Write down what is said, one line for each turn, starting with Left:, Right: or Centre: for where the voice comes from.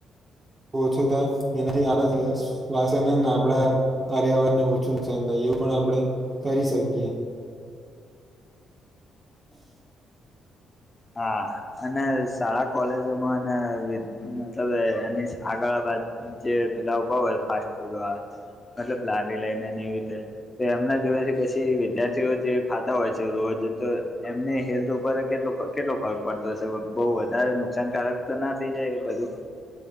Right: ઓછું થાય એનાથી આપડું શ્વાસ અને આપડા પર્યાવરણને ઓછું નુકસાન થાય એવું પણ આપડે કરી શકીએ. <inaudible>
Left: હા. અને શાળા કોલેજોમાં અને મતલબ એની આગળ બાદ જે પેલા ઉભા હોય ફાસ્ટ ફૂડ વાળ, મતલબ લારી લઈને ને એવી રીતે. તો એમના દવાથી પછી વિદ્યાર્થીઓ જે ખાતા હોય છે રોજ તો એમની હેલ્થ ઉપર કેટલો કેટલો ફર્ક પડતો હશે‌. બોઉ વધારે નુકસાનકારક તો ના થઈ જાય એ બધું.